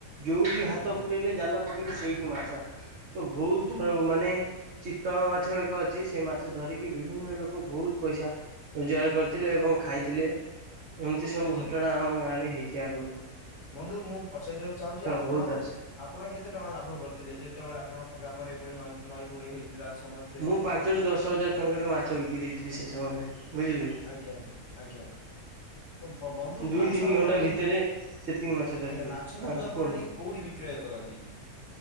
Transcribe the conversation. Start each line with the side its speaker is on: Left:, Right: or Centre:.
Right: ଯୋଉଠି ହାତ
Left: ଆଜ୍ଞା
Right: ପୁରେଇଲେ ଜାଲ ପକେଇଲେ ସେଇଠି ମାଛ। ତ ବହୁତ ଧର ମାନେ ଚିତ୍ତଳ ମାଛ ଏକ ଅଛି ସେ ମାଛ ଧରିକି ବିଭିନ୍ନ ଲୋକ ବହୁତ ପଇସା ରୋଜଗାର କରିଥିଲେ ଏବଂ ଖାଇଥିଲେ। ଏମତି ସବୁ
Left: ଆଜ୍ଞା
Right: ଘଟଣା ଆମ ଗାଁରେ ହେଇଚି ଆଗୁରୁ।
Left: ବନ୍ଧୁ ମୁଁ ପଛାଇଦବାକୁ ଚାହୁଁଛି ଆପଣ
Right: ବହୁତ ଆସେ।
Left: ଆପଣ କେତେ ଟଙ୍କା ଲାଭ କରିଥିଲେ ଯେତେବେଳେ ଆପଣଙ୍କ ଗ୍ରାମରେ ଏଭଳି ନଇ ନଈ ବଡି ହେଇଥିଲା ସମ
Right: ମୁଁ ପାଞ୍ଚ ରୁ ଦଶ ହଜାର ଟଙ୍କାରେ ମାଛ ବିକି ଦେଇଥିଲି ସେ ସମୟରେ। ବୁଝିଲି
Left: ଆଜ୍ଞା ଆଜ୍ଞା ଆଜ୍ଞା ତ ବ ବନ୍ଧୁ
Right: ଦୁଇ
Left: ମାଛ
Right: ତିନି
Left: ଆପଣ
Right: ଘଣ୍ଟା
Left: ନେଇ
Right: ଭିତରେ
Left: କୋ
Right: ସେତିକି ମାଛ ଯାଇଥିଲେ
Left: ଆଜ୍ଞା ମାଛ ବନ୍ଧୁ
Right: ହଁ
Left: ଆପଣ
Right: କୁହନ୍ତୁ।
Left: ନେଇ କୋଉଠି ବିକ୍ରୟ କରନ୍ତି?